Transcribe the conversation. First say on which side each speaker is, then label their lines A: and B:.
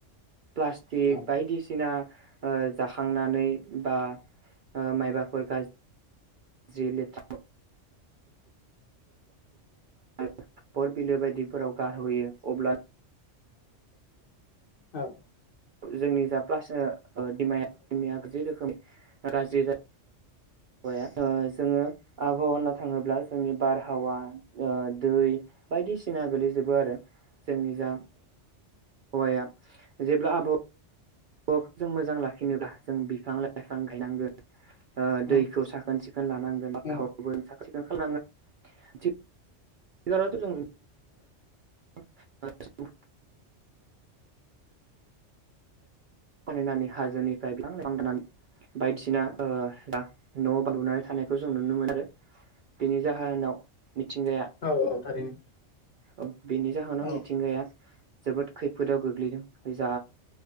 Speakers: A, on the right; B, on the left.
A: प्लास्टिक
B: औ
A: बायदिसिना ओ जाखांनानै बा माइबाफोर गा जि लेथ्राफोर हाखर बिलो बायदिफोराव गारहोयो अब्ला
B: औ
A: जोंनि जा प्लास दिमाया दिमाया जि रोखोमै गाज्रि जायोम आबहावाया ओ जोङो आबहावा होननो थाङोब्ला जोंनि बारहावा ओ दै बायदिसिना गोलैजोबो आरो जोंनि जा आबहावा जेब्ला आबहावा वाखौ जों मोजां लाखिनोब्ला जों बिफां लाइफां गायनांगोन ओ
B: औ
A: दैखौ साखोन सिखोन लानांगोन
B: औ
A: <inaudible> सिखोन खालामनांगोनथ' जों <inaudible> <unintelligible> फानायनानै हाजोनिफ्राय बिफां लाइफां दाननानै <inaudible> बायदिसिना ओ न' बां लुनानै थानायखौ जों नुनो मोनदों बेनि जाहोनाव मिथिंगाया
B: औ औ थारैनो
A: औ बेनि जाहोनाव
B: औ
A: मिथिंगाया जोबोद खैफोदाव गोग्लैदों जा